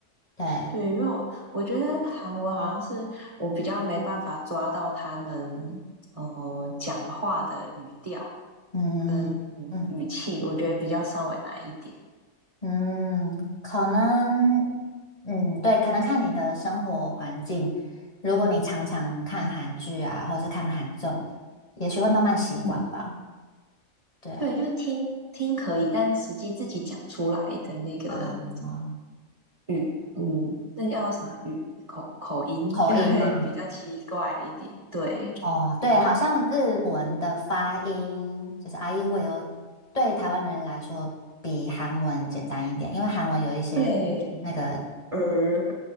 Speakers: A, on the left; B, on the right.
A: 对，
B: 对，因为我我觉得韩文好像是我比较没办法抓到他们嗯讲话的语调
A: 嗯嗯
B: 跟嗯语气，我觉得比较稍微难一点。
A: 嗯，可能，嗯，对，可能看你的生活环境，如果你常常看韩剧啊，或是看韩综，也许会慢慢习惯吧。
B: 嗯，
A: 对啊，
B: 对，就是听听可以，但实际自己讲出来的那个
A: 嗯。
B: 语，嗯，那叫啥语？口口音就会比较奇怪一点。
A: 口音吗？
B: 对，
A: 哦，对，好像日文的发音就是 i e w i 对台湾人来说比韩文简单一点，因为韩文有一些那个
B: 对，儿，